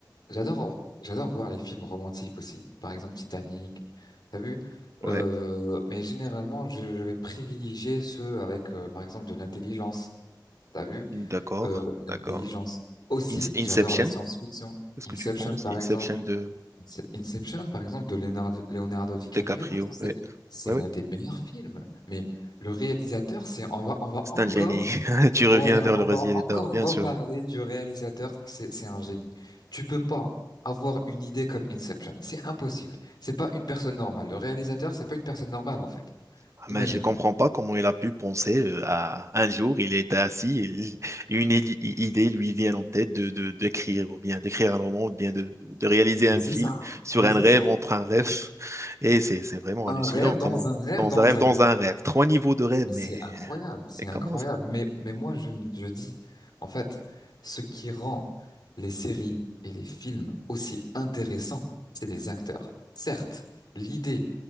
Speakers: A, on the left; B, on the right.
A: j'adore, j'adore voir les films romantiques aussi. Par exemple, Titanic. T'as vu?
B: Ouais.
A: Euh, mais généralement, je, je vais privilégier ceux avec, euh, par exemple, de l'intelligence. T'as vu?
B: D'accord,
A: Euh, l'intelligence.
B: d'accord.
A: Aussi,
B: In- Inception,
A: j'adore la science-fiction.
B: qu'est-ce
A: Inception,
B: que tu penses?
A: par
B: Inception
A: exemple.
B: de
A: C'est- Inception, par exemple, de Leonardo, Leonardo DiCaprio,
B: DiCaprio.
A: par exemple, c'est,
B: Ouais,
A: c'est
B: ouais,
A: l'un
B: ouais.
A: des meilleurs films. Mais le réalisateur, c'est, on va, on va
B: C'est
A: encore,
B: un génie. <laughs> Tu
A: voilà,
B: reviens vers
A: on
B: le rosier
A: va
B: des
A: encore
B: torts, bien
A: reparler
B: sûr.
A: du réalisateur, c'est, c'est un génie. Tu peux pas avoir une idée comme Inception. C'est impossible. C'est pas une personne normale. Le réalisateur, c'est pas une personne normale, en fait.
B: Ah,
A: Imagine.
B: Mais je comprends pas comment il a pu penser euh, à un jour, il était assis et il- <laughs> une id- idée lui vient en tête de, de, d'écrire, ou bien d'écrire un roman, ou bien de, de, de réaliser
A: Mais
B: un
A: c'est
B: film
A: ça.
B: sur
A: Mais
B: un
A: c'est
B: rêve
A: ça.
B: entre un rêve. <laughs> Et c'est, c'est vraiment
A: Un
B: hallucinant.
A: rêve
B: Comment?
A: dans un rêve
B: Dans
A: dans
B: un rêve,
A: un
B: dans
A: rêve.
B: un rêve. Trois niveaux de rêve,
A: Mais
B: mais,
A: c'est incroyable, c'est
B: mais comment
A: incroyable.
B: ça?
A: Mais, mais moi, je, me- je dis, en fait, ce qui rend les séries et les films aussi intéressants, c'est les acteurs. Certes, l'idée